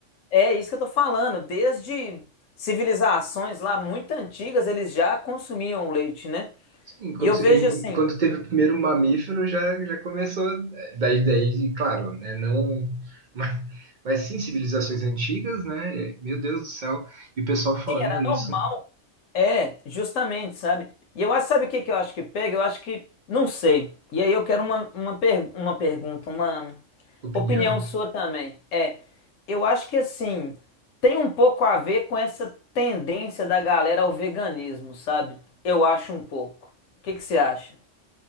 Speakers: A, on the left; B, on the right.
A: é isso que eu tô falando, desde civilizações lá muito antigas, eles já consumiam leite, né?
B: Sim, quando,
A: E eu vejo
B: em-
A: assim.
B: quando teve o primeiro mamífero, já, já começou. é, Daí, daí, claro, né? Não. Mas, mas sim, civilizações antigas, né? Meu Deus do céu. E o pessoal falando
A: era normal.
B: isso.
A: É, justamente, sabe? E eu acho, sabe o que que eu acho que pega? Eu acho que, não sei. E aí eu quero uma, uma, per- uma pergunta, uma
B: Opinião?
A: opinião sua também. É, eu acho que assim, tem um pouco a ver com essa tendência da galera ao veganismo, sabe? Eu acho um pouco. O que que você acha?